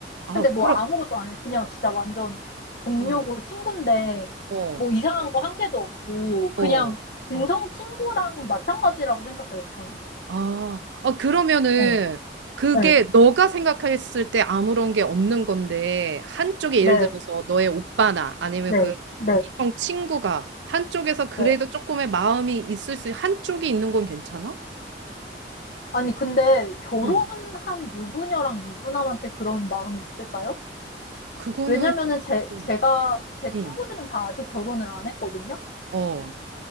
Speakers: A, on the right (about 85°); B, on the left (about 50°).
A: 아,
B: 근데 뭐
A: 그럼,
B: 아무것도 안 해. 그냥 진짜 완전 동료고
A: 어.
B: 친구인데
A: 어,
B: 뭐 이상한 거 한 개도 없고 그냥
A: 어.
B: 네. 동성 친구랑 마찬가지라고 생각해요, 저는.
A: 아, 아, 그러면은
B: 네,
A: 그게
B: 네,
A: 너가 생각했을 때 아무런 게 없는 건데 한쪽에
B: 네,
A: 예를 들어서 너의 오빠나 아니면
B: 네,
A: 그
B: 네,
A: 이성 친구가 한쪽에서 그래도
B: 네.
A: 조금의 마음이 있을 수 한쪽이 있는 건 괜찮아?
B: 아니, 근데 결혼한
A: 응.
B: 유부녀랑 유부남한테 그런 마음이 있을까요?
A: 그거는
B: 왜냐면은 제,
A: 응.
B: 제가, 제 친구들은
A: 응.
B: 다 아직 결혼을 안 했거든요.
A: 어.